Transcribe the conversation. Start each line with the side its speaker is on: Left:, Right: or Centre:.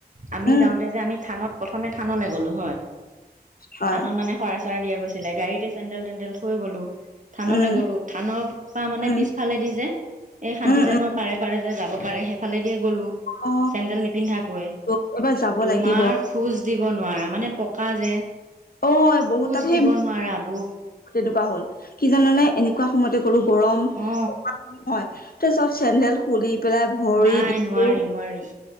Right: আমি
Left: উম
Right: যাওঁতে যে আমি থানত প্ৰথমে থানলে গলোঁ হয়
Left: হয়
Right: থানত মানে শৰাই চ চৰাই দিয়া গৈছিলে গাড়ীতে চেন্দেল তেন্দেল থৈ গ'লো থানলে
Left: উম
Right: গ'লো থানৰ পৰা মানে
Left: উম
Right: পিছফালে দি যে এই শান্তিজনৰ
Left: উম উম
Right: পাৰে পাৰে যে যাব- ফালে দিয়ে গ'লো
Left: অ
Right: চেন্দেল নিপিন্ধাকৈয়ে
Left: অ', এবাৰ যাব
Right: তোমাৰ
Left: লাগিব
Right: খোজ দিব নোৱাৰা। মানে পকা যে
Left: অ বহুত
Right: খোজ
Left: তাৰ সেই
Right: দিব নোৱাৰা আবৌ।
Left: তেনেকুৱা হ'ল কি জানা নে এনেকুৱা সময়তে গলোঁ গৰম
Right: অ
Left: হয়। চব চেণ্ডেল খুলি পেলাই ভৰি
Right: নাই
Left: দিছো
Right: নোৱাৰি নোৱাৰি